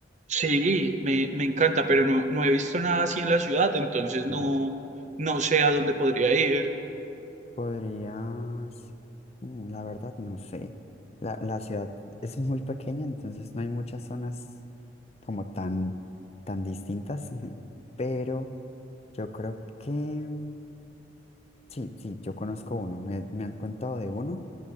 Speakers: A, on the right; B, on the left.
A: Sí, me, me encanta, pero no, no he visto nada así en la ciudad, entonces no,
B: mm,
A: no sé a dónde podría ir.
B: Podrías, mm, la verdad, no sé. La, la ciudad es muy pequeña, entonces no hay muchas zonas como tan, tan distintas, <laughs> pero yo creo que mm, sí, sí, yo conozco uno, me, me han contado de uno,